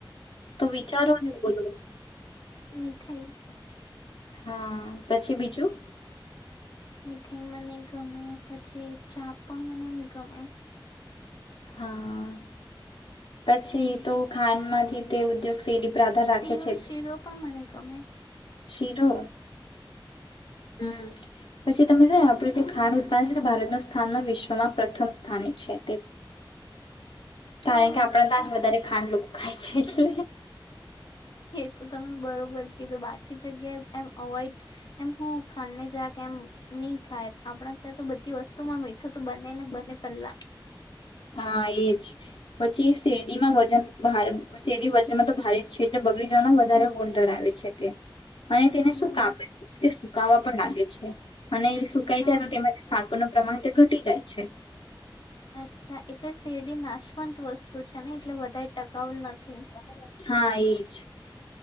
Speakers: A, on the left; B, on the left.
A: તો વિચારો ને બોલો
B: મીઠાઈ
A: હા પછી બીજું
B: મીઠાઈ મને ગમે પછી ચા પણ મને એમ ગમે
A: હા <inaudible> પછી તો ખાંડમાંથી તે ઉદ્યોગ શેરી પર આધાર
B: શીરો
A: રાખે છે
B: શીરો પણ મને કમે
A: શીરો હમ પછી તમને કયા આપડું જે ખાંડ ઉત્પાદન ભારત ન સ્થાનમાં વિશ્વમાં પ્રથમ સ્થાને છે તે કારણ
B: ઓ
A: કે આપણા
B: અચ્છા
A: તાજ વધારે ખાંડ લોકો ખાઈ છે છે
B: એ તમે બરોબર તો બાકી જગ્યાએ એમ અવોઈડ એમ શ ખાંને જ કે એમ નહી ખાય આપણા ત્યા તો બધી વસ્તુમાં મીઠું તો બને ને બને પેહલા
A: હા એજ પછી શેડીમાં વજન શેરડી વજનમાં તો ભારે જ છે એટલે બગડી જવાનું વધારે ગુણ ધરાવે છે તે અને તેને
B: હમ
A: શું કાપે સુકાવા પણ લાગે છે અને સુકાઈ
B: હા
A: જાય તો તેમાં જે સાકરનો પ્રમાણ તે ઘટી જાય છે
B: અચ્છા એટલે શેરડી નાશવંત વસ્તુ છે ને એટલે બધા ટકાઉલ નથી હા
A: હા એજ